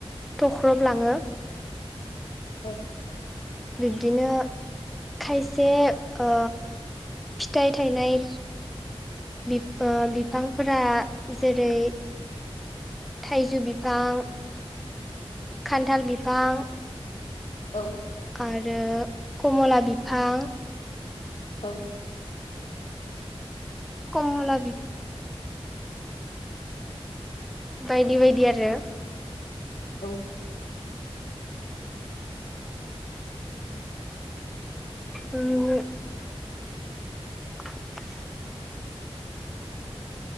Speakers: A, in the centre; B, on the left.
A: थख्रबलाङो
B: द'
A: बिब्दिनो खायसे ओ फिथाइ थायनाय बि- ओ बिफांफोरा जेरै थाइजौ बिफां खान्थाल बिफां
B: औ
A: आरो कमला बिफां
B: औ
A: कमला बि बायदि बायदि आरो
B: औ
A: उम <inaudible>